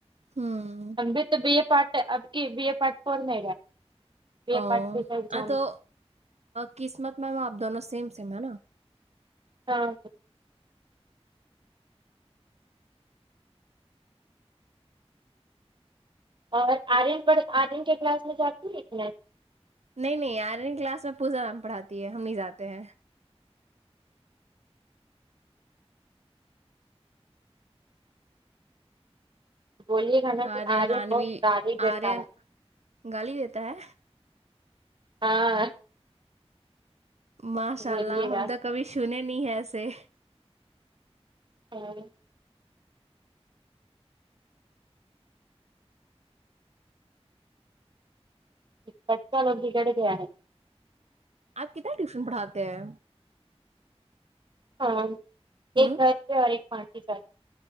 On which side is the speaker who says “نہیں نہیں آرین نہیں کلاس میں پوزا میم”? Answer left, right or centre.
Right